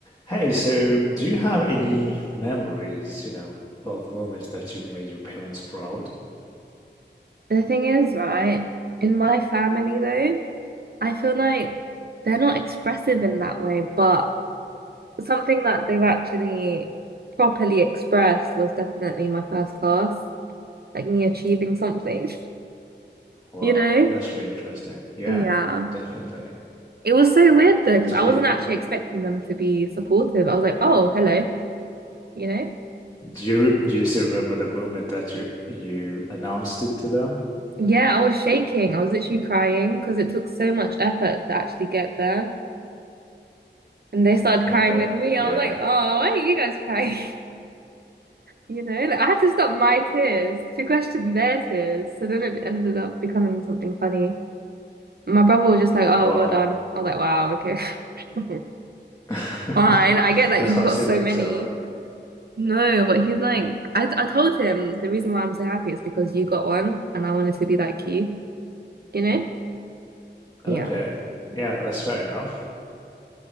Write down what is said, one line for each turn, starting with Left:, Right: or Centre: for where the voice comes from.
Left: Hey, so do you have any memories, you know, of moments that you've made your parents proud?
Right: The thing is, right, in my family though, I feel like they're not expressive in that way, but something that they've actually properly expressed was definitely my first class, like me achieving something,
Left: Wow,
Right: <laughs> you know?
Left: that's really interesting. Yeah,
Right: Yeah.
Left: definitely.
Right: It was so weird though, because
Left: Do
Right: I
Left: you
Right: wasn't actually expecting them to be supportive. I was like, oh, hello, you know?
Left: do you re- do you still remember the moment that you you announced it to them?
Right: Yeah, I was shaking. I was literally crying because it took so much effort to actually get there. And they started crying
Left: I bet.
Right: with me. I
Left: Yeah.
Right: was like, oh, why are you guys crying? You know, like, I had to stop my tears to question their tears. So then it ended up becoming something funny. My brother was just like, oh,
Left: Wow.
Right: well done. I was like, wow, okay. <laughs>
Left: <laughs>
Right: Fine. I get that
Left: That's
Right: you've
Left: how
Right: got
Left: siblings
Right: so many.
Left: are.
Right: No, but he's like, I, I told him the reason why I'm so happy is because you got one and I wanted to be like you, you know? Yeah.
Left: Okay. Yeah, that's fair enough.